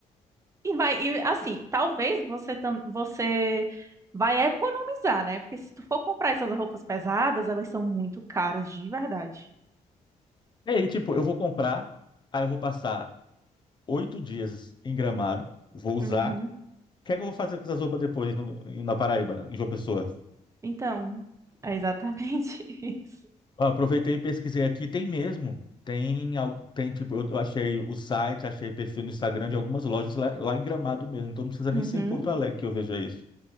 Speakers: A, on the right; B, on the left.
A: E vai, e, assim, talvez você, tam- você vai economizar, né? Porque se tu for comprar essas roupas pesadas, elas são muito caras de verdade.
B: é, E aí, tipo, eu vou comprar, aí eu vou passar oito dias em Gramado, vou usar.
A: Uhum.
B: que é que eu vou fazer com essas roupas depois no- na Paraíba, em João Pessoa?
A: Então, é exatamente <laughs> isso.
B: Ah, aproveitei e pesquisei aqui, tem mesmo. Tem, al- tem tipo, eu eu achei o site, achei perfil no Instagram de algumas lojas lá, lá em Gramado mesmo. Então não precisa nem
A: Uhum.
B: ser em Porto Alegre que eu veja isso.